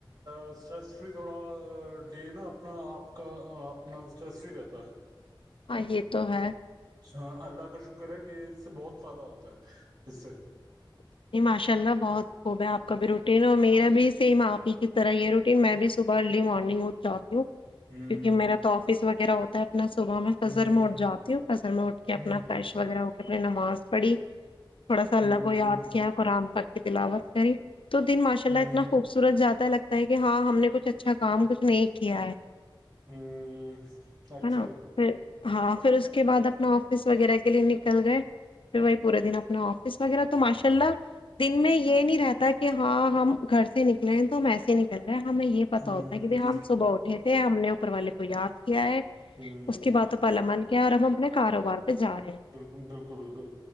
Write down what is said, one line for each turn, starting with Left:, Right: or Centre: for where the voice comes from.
Right: اسس فری تھوڑا ڈے نا اپنا آپ کا اپنا اسٹریس فری رہتا ہے
Left: ہاں یہ تو ہے
Right: چ ہاں اللہ کا شکر ہے کہ اس سے بہت فائدہ ہوتا ہے اس سے
Left: نہیں ماشاء اللہ بہت خوب ہے آپ کا بھی روٹین اور میرا بھی سیم آپ ہی کی طرح ہی روٹین میں بھی صبح ارلی مارننگ ا جا
Right: ہ
Left: کیونکہ میرا تو آفس وغیرہ ہوتا ہے اپنا صبح میں فجر
Right: ہ
Left: میں اٹھ جاتی ہوں فجر میں اٹھ کے اپنا
Right: ہ
Left: فریش وغیرہ ہو اپنی نماز پڑھی تھوڑا سا اللہ
Right: ہوں
Left: کو یاد قران پک کی تلاوت کری تو دن ماشاء
Right: ہوں
Left: اللہ اتنا خوبصورت جات سا لگتا ہے کہ ہاں ہم نے کچھ اچھا کام کچھ نہیں کیا ہے
Right: ہمم ایکچولی
Left: ہے نا پھر ہاں پھر اس کے بعد اپنا آفس وغیرہ کے لیے نکل گئے پھر وہی پورے دن اپنا آفس وغیرہ تو ماشا لہ دن میں یہ نہیں رہتا کہ ہاں ہم گھر سے نکلے ہیں تو ہم ایسے ہی نکل ہمیں یہ پتا
Right: ہوں
Left: ہوتا ہے کہ ب ہم صبح اٹھے تھے ہم نے اپروالے کوئی یاد کیا ہے
Right: ہوں
Left: اس کے بعد تو پارلیمن کیا اور رہا ہم اپنے کاروبار پہ جا رہے ہیں
Right: بلکل بلکل بلکل